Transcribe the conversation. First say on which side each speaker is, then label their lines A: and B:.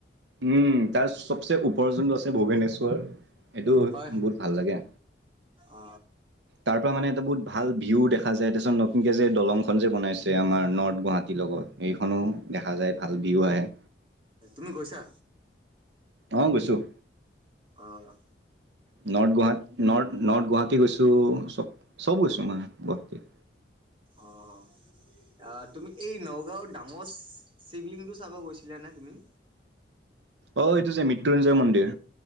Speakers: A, on the right; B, on the right.
A: উম, তাৰ চবচে উপৰত যোনটো আছে ভূৱনেশ্বৰ এইটো
B: হয়
A: বহুত
B: হয়
A: ভাল লাগে,
B: অ
A: তাৰ পৰা মানে এটা বহুত ভাল ভিউ দেখা যায়, তাৰপিছত নতুনকে যে দলংখন যে বনাইছে, আমাৰ নৰ্থ গুৱাহাটীৰ লগত এইখনো দেখা যায়, ভাল ভিউ আহে।
B: তুমি গৈছা?
A: অ', গৈছোঁ।
B: অহ।
A: North Guwahati, north north Guwahati গৈছোঁ, চব, চব গৈছোঁ, মই গুৱাহাটীৰ।
B: অহ। অ', তুমি এই নগাঁওৰ ডাঙৰ শিৱলিংটো চাব গৈছিলা নে তুমি?
A: অ', এইটো যে মৃত্যুঞ্জয় মন্দিৰ।